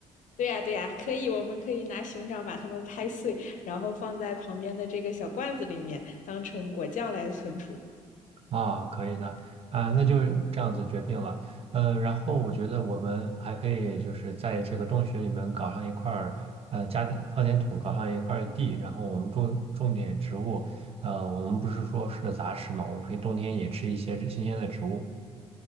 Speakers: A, on the left; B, on the right.
A: 对呀，对呀，可以，我们可以拿熊掌把它们拍碎，然后放在旁边的这个小罐子里面，当成果酱来存储。
B: 啊、可以的啊、那就这样子决定了。呃，然后我觉得我们还可以就是在这个洞穴里面搞上一块儿呃加点放点土，搞上一块儿地，然后我们种种点植物。呃，我们不是说是杂食嘛，我们可以冬天也吃一些这新鲜的植物。